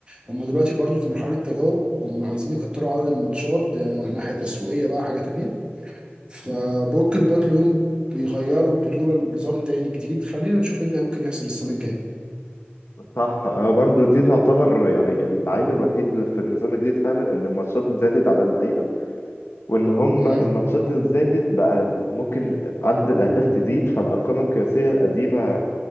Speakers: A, on the right (about 25°); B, on the left (about 80°).
A: هم دلوقتي برضو في مرحله تجارب هم عايزين يكتروا عدد الماتشات ده ناحيه تسويقيه بقى حاجه تانيه فبرج الباتل يوم بيغيروا البطوله لنظام تاني جديد خلينا نشوف ايه اللي ممكن يحصل السنه الجايه
B: صح هو برضو دي تعتبر يعني اللعيب الوحيد في النظام الجديد فعلا ان الماتشات زادت على اللعيبه وان هم
A: مهم.
B: الماتشات اللي زادت بقى ممكن عدد الاهداف تزيد فالارقام القياسيه القديمه